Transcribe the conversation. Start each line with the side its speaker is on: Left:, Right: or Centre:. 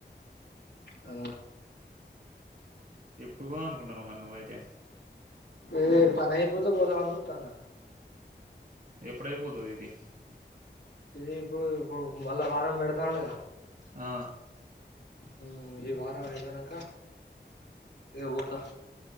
Left: ఆ
Right: ఎప్పుడు పోదాం అనుకుంటున్నా మరి నువ్వయితే
Left: ఏ పని అయిపోతే పోదాం అని చూతనా
Right: ఎప్పుడయిపోతదీ దీ
Left: ఇది ఇప్పుడు ఇప్పుడు మళ్ళా వారం పెడతాండుగా
Right: ఆ
Left: హ ఈ వారం అయిపోయినక ఇక పోత